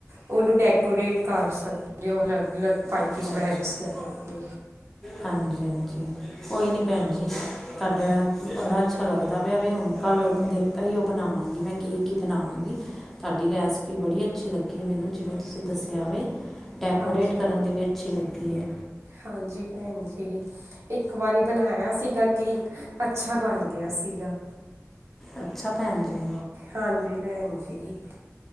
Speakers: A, on the right (about 60°); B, in the centre.
A: ਉਹਨੂੰ ਡੈਕੋਰੇਟ ਕਰ ਸਕਦੇ ਹੋ, ਅਲੱਗ-ਅਲੱਗ ਪਾਈਪਿੰਗ
B: ਅੱਛਾ
A: ਬੈਗਸ
B: ਅੱਛਾ
A: ਲੈ ਕੇ।
B: ਹਾਂਜੀ ਹਾਂਜੀ। ਕੋਈ ਨਹੀਂ ਭੈਣ ਜੀ, ਤੁਹਾਡਾ ਬੜਾ ਅੱਛਾ ਲੱਗਦਾ ਪਿਆ ਵੀ ਹੁਣ ਕੱਲ੍ਹ ਉਹ ਦੇਖ ਹੀ ਉਹ ਬਣਾਵਾਂਗੀ ਮੈਂ। ਕੀ ਕੀ ਬਣਾਵਾਂਗੀ ਤੁਹਾਡੀ ਰੈਸਪੀ ਬੜੀ ਅੱਛੀ ਲੱਗੀ, ਮੈਨੂੰ ਜਿਵੇਂ ਤੁਸੀਂ ਦੱਸਿਆਵੇ। ਡੈਕੋਰੇਟ
A: ਹਾਂਜੀ
B: ਕਰਨ ਦੀ ਵੀ ਅੱਛੀ ਲੱਗੀ ਹੈ।
A: ਹਾਂਜੀ ਭੈਣ ਜੀ। ਇੱਕ ਵਾਰੀ ਬਣਾਇਆ ਸੀਗਾ, ਕੇਕ ਅੱਛਾ ਬਣ ਗਿਆ ਸੀਗਾ।
B: ਅੱਛਾ ਭੈਣ ਜੀ।
A: ਹਾਂਜੀ ਭੈਣ ਜੀ